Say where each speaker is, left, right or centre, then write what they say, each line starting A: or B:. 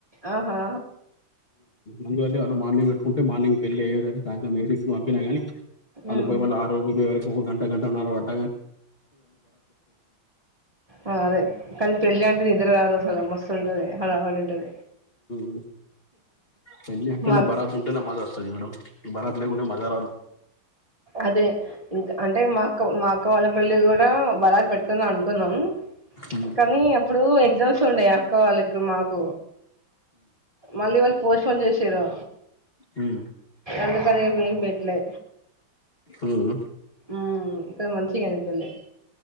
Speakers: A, on the right; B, on the left.
A: ఆహా
B: అందువలే వాళ్ళు మార్నింగ్ పెట్టుకుంటే మార్నింగ్ పెళ్లి అయేసరికి సాయంత్రం పంపినా కాని అళోపు
A: ఉమ్
B: మళ్ళ ఆరో విరో వరకు ఒక గంటా గంటన్నర పడ
A: ఆ అదే కానీ పెళ్ళి అంటే నిద్ర రాదు అస లు మస్తు ఉంటది హడవడి ఉంటది
B: మ్ పెళ్ళంటేనే
A: మా
B: భరాత్ ఉంటేనే మజా వస్తది మేడం భరాత్ లేకుంటె మజా రాదు
A: అదే ఇంకా అంటే మా అక్క మా అక్క వాళ్ళ పెళ్లికి కూడా భరాత్ పెట్టుకుందాం అనుకున్నాం
B: ఉమ్
A: కానీ అప్పుడు ఎగ్జామ్స్ ఉండయి అక్క వాళ్ళకి మాకు మళ్ళీ వాళ్లు పోస్ట్పోన్ చేసిరు
B: ఉమ్
A: అందుకని ఇగ ఏం పెట్లే
B: ఉమ్
A: ఉమ్మ్ కాని మంచిగైంది పెళ్ళి